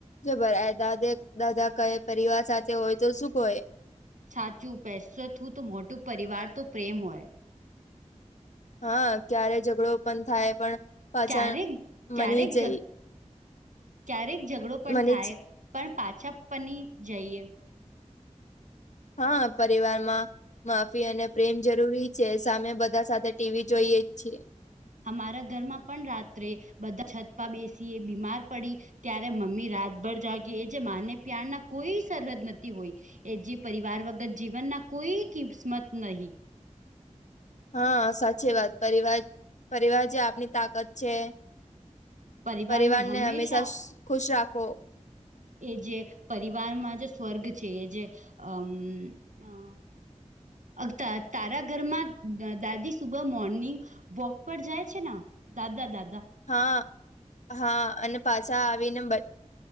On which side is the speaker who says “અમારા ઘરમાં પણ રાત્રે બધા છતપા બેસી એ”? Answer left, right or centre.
Right